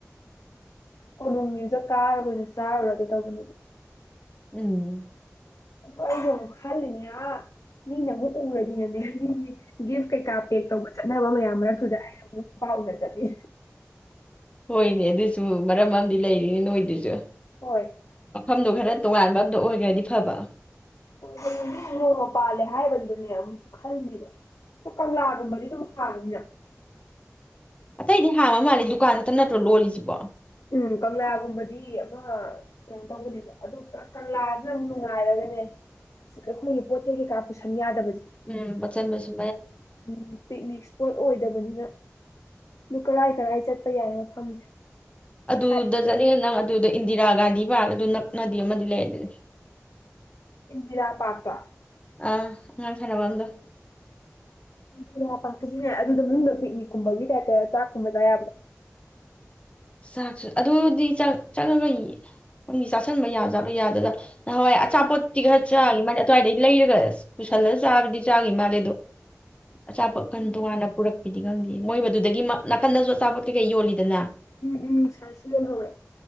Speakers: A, on the left; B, on the left.
A: ꯀꯣꯅꫭꯃꯤꯗ ꯀꯥꯒꯗꫭꯏꯅꯤ ꯆꯥꯔꯨꯔꯒ ꯇꯧꯕꯅꯤ
B: ꯎꯝ
A: ꯑꯩꯁꯨ ꯑꯃꯨꯛ ꯈꯜꯂꯤꯅꯦ ꯑꯥ ꯃꯤꯅ ꯃꯨꯛ ꯎꯔꯗꯤ ꯑꯅꯦ ꯌꯨꯝꯒꯤ ꯒꯤꯐ ꯀꯩꯀꯥ ꯄꯦꯛ ꯇꯧꯕ ꯆꯠꯅꯕ ꯃꯌꯥꯝ ꯃꯔꯛꯇꯨꯗ ꯑꯩꯅ ꯑꯃꯨꯛ ꯅꯨꯄꯥ ꯎꯅ ꯆꯠꯂꯦ
B: ꯍꯣꯏꯅꯦ ꯑꯗꯨꯁꯨ ꯃꯔꯝ ꯑꯃꯗꯤ ꯂꯩꯔꯤꯅꯤ ꯅꯣꯏꯗꯨꯁꯨ
A: ꯍꯣꯏ
B: ꯃꯐꯝꯗꯨ ꯈꯔ ꯇꯣꯉꯥꯟꯕ ꯑꯝꯗ ꯑꯣ ꯌꯥꯗꯤ ꯐꯕ
A: ꯀꯣꯏꯕꯗꯗꯤ ꯅꯣꯡꯃ ꯄꯥꯜꯂꯦ ꯍꯥꯏꯕꯗꯨꯗꯅꯦ ꯑꯃꯨꯛꯁꯨ ꯈꯜꯂꯤꯅꯦꯕ ꯑ ꯀꯪꯂꯥꯒꯨꯝꯕꯗꯤ ꯑꯗꯨꯝ ꯍꯥꯡꯉꯅꯤꯅ
B: ꯑꯇꯩꯗꯤ ꯍꯥꯡꯕ ꯃꯥꯜꯂꯦ ꯗꯨꯀꯥꯟ ꯈꯇ ꯅꯠꯇ꯭ꯔꯣ ꯂꯣꯜꯂꯤꯁꯤꯕꯣ
A: ꯎꯝ ꯀꯪꯂꯥꯒꯨꯝꯕꯗꯤ ꯃ ꯀꯩꯅꯣ ꯇꯧꯕꯅꯦꯕ ꯑꯗꯨ ꯀ ꯀꯪꯂꯥꯁꯅ ꯑꯃꯨꯛ ꯅꯨꯡꯉꯥꯏꯔꯒꯅꯦ ꯑꯩꯈꯣꯏꯒꯤ ꯄꯣꯠ ꯆꯩ ꯀꯩꯀꯥ ꯄꯨꯁꯟ ꯌꯥꯗꯕ
B: ꯎꯝ ꯄꯆꯟ ꯕꯁꯨ
A: ꯎꯝ ꯄꯤꯛꯅꯤꯛ ꯁ ꯄꯣꯠ ꯑꯣꯏꯗꯕꯅꯤꯅ ꯗꯨ ꯀꯔꯥꯏ ꯀꯔꯥꯏ ꯆꯠ ꯄ ꯌꯥꯏ ꯃꯐꯝꯁꯦ
B: ꯑꯗꯨꯗ
A: ꯁꯥꯏ
B: ꯆꯠꯅꯤꯅꯉ ꯅꯪ ꯑꯗꯨꯗ ꯏꯟꯗꯤꯔꯥ ꯒꯥꯟꯙꯤ ꯄꯥꯔꯛ ꯑꯗꯨ ꯅꯛꯅꯗꯤ ꯑꯃꯗꯤ ꯂꯩꯔ
A: ꯏꯟꯗꯤꯔꯥ ꯄꯥꯔꯇꯥ
B: ꯑ ꯑꯥꯉꯥꯡ ꯁꯥꯟꯅꯚꯝ ꯗꯣ
A: ꯏꯟꯗꯤꯔꯥ ꯄꯥꯛ ꯇꯨꯁꯨ ꯌꯥꯏ ꯑꯗꯨꯗ ꯃꯅꯨꯡꯗ ꯄꯤꯛꯅꯤꯛꯀꯨꯝꯕꯒꯤ ꯇꯥꯏꯞꯇ ꯆꯥꯛꯀꯨꯝꯕ ꯆꯥ ꯌꯥꯕ꯭ꯔ
B: ꯆꯥꯛꯁꯨ ꯑꯗꯨꯗꯤ ꯆ ꯆꯪꯉꯒ ꯌ ꯆꯥꯁꯤꯟꯕ ꯌꯥꯖꯥꯠꯂꫭ ꯌꯥꯗꯖꯥꯠ ꯅꯍꯥꯋꯥꯏ ꯆꯥꯄꫭꯠꯇꯤ ꯈꯔ ꯆꯥꯘꯤ ꯃꯥꯟꯅꯦ ꯑꯗꯨꯋꯥꯏꯗꯩ ꯂꯩꯔꯒ ꯄꯨꯁꯜꯂꯒ ꯆꯥꯕꯗꯤ ꯆꯥꯘꯤ ꯃꯥꯜꯂꯦ ꯑꯗꯣ ꯑꯆꯥꯄꫭꯠ ꯀꯟ ꯇꯣꯉꯥꯟꯅ ꯄꯨꯔꯛ ꯒꯤꯗꯤ ꯈꯪꯗꯦ ꯃꯣꯏ ꯃꯗꯨꯗꯒꯤ ꯅꯥꯀꯟꯗꯁꯨ ꯑꯆꯥꯄꯣꯠ ꯀꯩꯀꯩ ꯌꯣꯜꯂꯤꯗꯅ
A: ꯎꯝ ꯎꯝ ꯉꯁꯥꯏꯁꯨ ꯌꫭꯜꯍꯧꯋꯦ